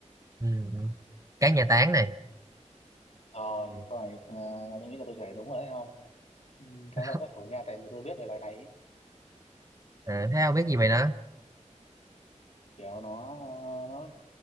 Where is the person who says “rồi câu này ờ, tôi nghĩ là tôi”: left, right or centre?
Left